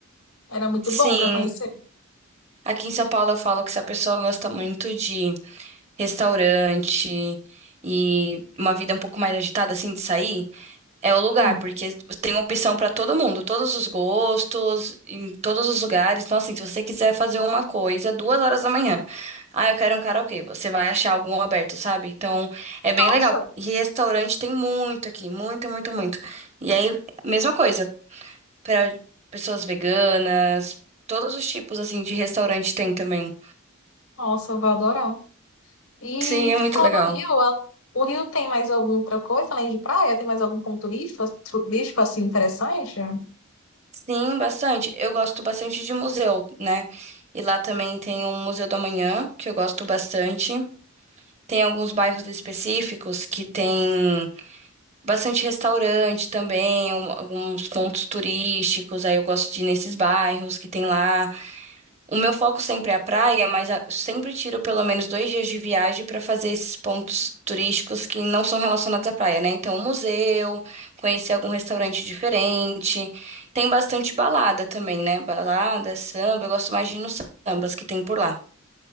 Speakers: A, on the left; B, on the right.
A: era muito
B: Sim.
A: bom pra conhecer.
B: Aqui em São Paulo eu falo que se a pessoa gosta muito de restaurante e uma vida um pouco mais agitada, assim, de sair. É o lugar,
A: Sim.
B: porque tem opção pra todo mundo, todos os gostos, em todos os lugares. Então, assim, se você quiser fazer uma coisa, duas horas da manhã, ah, eu quero um karaokê, você vai achar algum aberto, sabe? Então, é bem
A: Nossa,
B: legal. E restaurante tem muito aqui, muito, muito, muito. E aí, mesma coisa, pra pessoas veganas, todos os tipos, assim, de restaurante tem também.
A: nossa, eu vou adorar. E
B: Sim,
A: tu
B: é muito
A: falou
B: legal.
A: do Rio, a- o Rio tem mais alguma outra coisa além de praia? Tem mais algum ponto turístico, turístico assim interessante?
B: Sim, bastante. Eu gosto bastante de museu, né? E lá também tem o Museu do Amanhã, que eu gosto bastante. Tem alguns bairros específicos que tem bastante restaurante também, um- alguns pontos turísticos. Aí eu gosto de ir nesses bairros que tem lá. O meu foco sempre é a praia, mas a- sempre tiro pelo menos dois dias de viagem para fazer esses pontos turísticos que não são relacionados à praia, né? Então, um museu, conhecer algum restaurante diferente. Tem bastante balada também, né? Balada, samba. Eu gosto mais de ir nos sambas que tem por lá,